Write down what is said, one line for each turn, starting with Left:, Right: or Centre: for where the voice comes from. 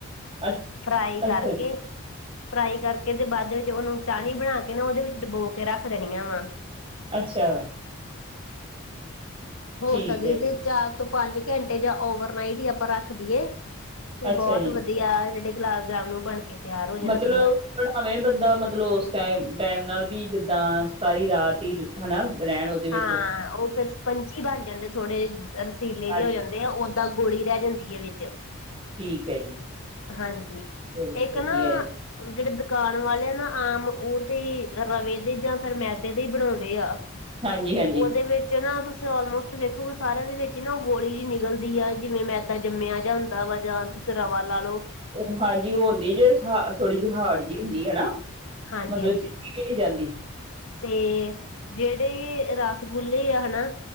Right: ਅੱਛ
Left: ਫਰਾਈ ਕਰਕੇ,
Right: ਅੱਛਾ ਜੀ,
Left: ਫਰਾਈ ਕਰਕੇ ਤੇ ਬਾਅਦ ਵਿੱਚ ਉਹਨੂੰ ਚਾਸ਼ਣੀ ਬਣਾ ਕੇ ਨਾ ਉਹਦੇ ਵਿੱਚ ਡਬੋ ਕੇ ਰੱਖ ਦੇਣੀ ਆ ਵਾ,
Right: ਅੱਛਾ,,,
Left: ਹੋ
Right: ਠੀਕ
Left: ਸਕੇ
Right: ਹੈ ਜੀ,
Left: ਤੇ ਚਾਰ ਤੋਂ ਪੰਜ ਘੰਟੇ ਜਾਂ ਓਵਰਨਾਈਟ ਹੀ ਆਪਾਂ ਰੱਖ ਦੀਏ, ਤੇ
Right: ਅੱਛਾ
Left: ਬਹੁਤ
Right: ਜੀ।
Left: ਵਧੀਆ ਜਿਹੜੇ ਗੁਲਾਬ ਜਾਮਨ ਉਹ ਬਣ ਕੇ,, ਤਿਆਰ ਹੋ ਜਾਂਦੇ
Right: ਮਤਲਬ,,,
Left: ਆ
Right: ਬਣਾਵੇਂ ਬੰਦਾ ਮਤਲਬ ਉਸ ਟਮ ਟਾਈਮ ਨਾਲ ਵੀ ਜਿੱਦਾਂ ਸਤਾਈ ਰਾਤ ਹੀ ਹਨਾ ਰਹਿਣ,,, ਵਿੱਚ
Left: ਹਾਂ ਉਹ ਫੇਰ ਸਪੰਚੀ ਬਣ ਜਾਂਦੇ ਥੋੜੇ ਰਸੀਲੇ
Right: ਹਾਂਜੀ,
Left: ਜਿਹੇ ਹੋ ਜਾਦੇ। ਦੇ ਆ ਓਦਾਂ ਗੋਲੀ ਰਹਿ ਜਾਂਦੀ ਹੈ ਵਿੱਚ,,
Right: ਠੀਕ ਹੈ ਜੀ,
Left: ਹਾਂਜੀ,
Right: ਚਲੋ
Left: ਇੱਕ
Right: ਵਧੀਆ
Left: ਨਾ,
Right: ਹੈ ਜੀ।
Left: ਜਿਹੜੇ ਦੁਕਾਨ ਵਾਲੇ ਆ ਨਾ ਆਮ ਉਹ ਤੇ ਰਵੇ ਦੇ ਜਾਂ ਫੇਰ ਮੈਦੇ ਦੇ ਹੀ ਬਣਾਉਂਦੇ ਆ।
Right: ਹਾਂਜੀ-ਹਾਂਜੀ,
Left: ਉਹਦੇ
Right: ਹਾਂਜੀ
Left: ਵਿੱਚ ਚ ਨਾ ਤੁਸੀਂ ਆਲਮੋਸਟ ਵੇਖੋਗੇ ਸਾਰਿਆਂ ਦੇ ਵਿੱਚ ਹੀ ਨਾ ਉਹ ਗੋਲੀ ਜਿਹੀ ਨਿਕਲਦੀ ਆ ਜਿਵੇਂ ਮੈਦਾ ਜੰਮਿਆ ਜਾਿਹਾ ਹੁੰਦਾ ਵਾ ਜਾਂ ਸਰਾਵਾ ਲਾ ਲੋ।
Right: ਉਹ ਹਾਰਡ ਜਿਹੀ ਹੁੰਦੀ ਜੇ, ਹਾ ਥੋੜ੍ਹੀ ਜਿਹੀ ਹਾਰਡ ਜੀ ਹੁੰਦੀ ਹੈਣਾ?
Left: ਹਾਂਜੀ
Right: ਮਤਲਬ
Left: ਹਾਂਜੀ
Right: ਚਿ ਚੁੱਕੀ ਨੀਂ ਜਾਂਦੀ।
Left: ਤੇ, ਜਿਹੜੇ ਰਸਗੁੱਲੇ ਆ ਨਾ